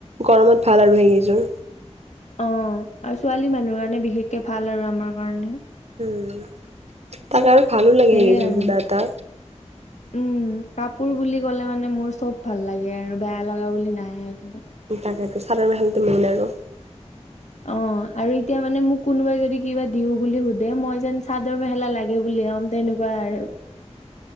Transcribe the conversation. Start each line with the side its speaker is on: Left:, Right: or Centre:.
Right: গৰমত ভাল আৰু সেইকেইযোৰ
Left: অ আৰু ছোৱালী মানুহ কাৰণে বিশেষকে ভাল আৰু আমাৰ কাৰণে
Right: উম তাকে আৰু ভালো লাগে
Left: সেইয়াই
Right: সেইযোৰ
Left: আৰু
Right: কিবা এটা
Left: উম কাপোৰ বুলি ক'লে মানে মোৰ চব ভাল লাগে আৰু বেয়া লগা বুলি নাহে একো
Right: তাকেইটো চাদৰ মেখেলাতো মেইন আৰু উ
Left: অ আৰু এতিয়া মানে মোক কোনোবাই যদি কিবা দিও বুলি সোধে মই যেন চাদৰ মেখেলা লাগে বুলি ক'ম তেনেকুৱা বাৰু